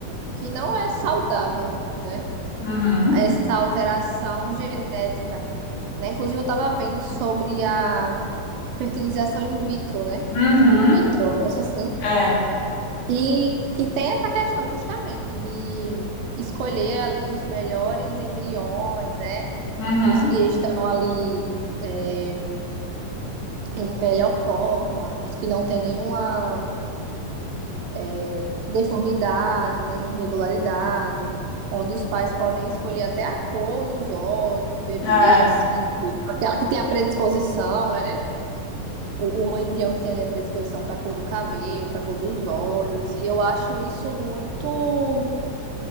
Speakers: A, on the right (about 80°); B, on the left (about 65°).
A: que não é saudável, né?
B: Uhum.
A: Essa alteração genética, né? Inclusive, eu tava vendo sobre a fertilização in vitro, né?
B: Uhum,
A: Acho que In vitro, um negócio assim. Uhum.
B: É,
A: E que tem essa questão justamente de escolher ali os melhores embriões, né?
B: uhum,
A: os que estão ali é, em melhor forma, os que não têm nenhuma é, deformidade, nem irregularidade, onde os pais podem escolher até a cor dos olhos do bebê,
B: é,
A: assim, tipo, aquela que tem a predisposição, né? O, o embrião que tem ali a predisposição para a cor do cabelo, para a cor dos olhos, e eu acho isso muito.